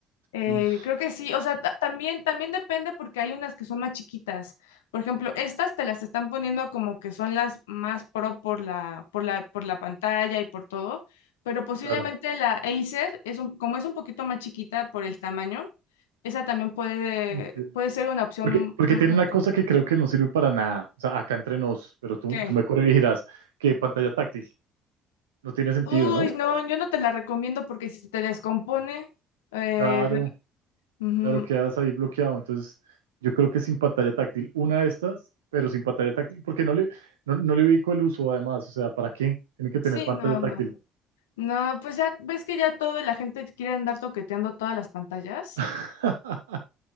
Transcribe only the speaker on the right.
Uf,
claro.
Entiendo.
Porque, porque
tiene una cosa
que creo que no sirve para nada. O sea, acá entre nos, pero tú,
tú me corregirás, que pantalla táctil. No tiene sentido,
¿no?
Claro.
Claro, quedas ahí bloqueado. Entonces, yo creo que sin pantalla táctil, una de estas, pero sin pantalla táctil, porque no le, no, no le ubico el uso además. O sea, ¿para qué? Tiene que tener
pantalla
táctil.
<laughs>